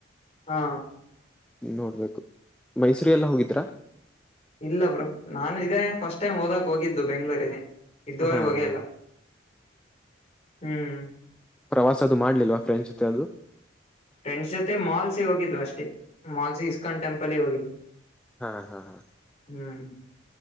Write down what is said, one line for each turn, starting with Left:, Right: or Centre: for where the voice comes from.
Left: ಹಾ
Centre: ನೋಡ್ಬೇಕು ಮೈಸೂರ್ ಎಲ್ಲಾ ಹೋಗಿದ್ರಾ
Left: ಇಲ್ಲ ಬ್ರೋ ನಾನು ಇದೇ ಫಸ್ಟ್ ಟೈಮ್ ಓದಕ್ ಹೋಗಿದ್ದು ಬೆಂಗಳೂರಿಗೆ ಇದ್ದುವರೆಗೂ
Centre: ಹಾ
Left: ಹೋಗೆ
Centre: ಹಾ
Left: ಇಲ್ಲ ಹ್ಮ್
Centre: ಪ್ರವಾಸದು ಮಾಡ್ಲಿಲ್ವಾ ಫ್ರೆಂಡ್ಸ ಜೊತೆ ಯಾದು
Left: ಫ್ರೆಂಡ್ಸ್ ಜೊತೆ ಮಾಲ್ಸಿ ಹೋಗಿದ್ವಿ ಅಷ್ಟೇ ಮಾಲ್ಸಿ ಇಸ್ಕಾನ್ ಟೆಂಪಲ್ಗೆ ಹೋಗಿದ್ವಿ
Centre: ಹ ಹಾ ಹಾ
Left: ಹ್ಮ್